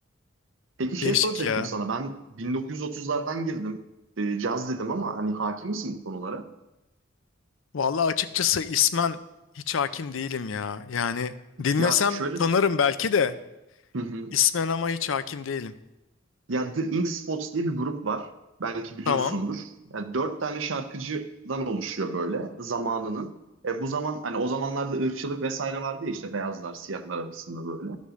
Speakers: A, on the right; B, on the left.
A: Peki şey
B: Değişik
A: soracaktım
B: ya.
A: sana. Ben 1930'lardan girdim. E, caz dedim ama hani hakim misin bu konulara?
B: Vallahi açıkçası ismen hiç hakim değilim ya. Yani dinlesem
A: Ya şöyle
B: tanırım belki de
A: hı hı.
B: ismen ama hiç hakim değilim.
A: Ya The Ink Spots diye bir grup var. Belki biliyorsundur.
B: Tamam.
A: Yani dört tane şarkıcıdan oluşuyor böyle zamanının. E, bu zaman hani o zamanlarda ırkçılık vesaire vardı ya işte beyazlar siyahlar arasında böyle.